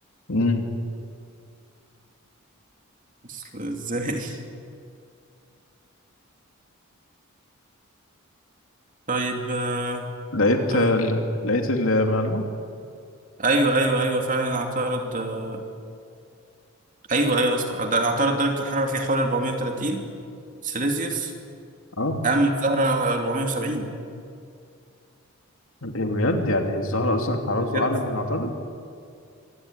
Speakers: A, on the left; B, on the right.
A: مم.
B: بس ازاي طيب آه
A: لقيت
B: آه
A: ال- لقيت المعلومة
B: ايوه ايوه ايوه فعلا اعترض آه ايوه ايوه أصلاً ده اعترض درجة الحرارة فيها حوالي 430 سيليزيوس
A: اه
B: اما الزهرة 470
A: إيه بجد يعني الزهرة أصلا حرارته
B: بجد
A: أعلى من العطارد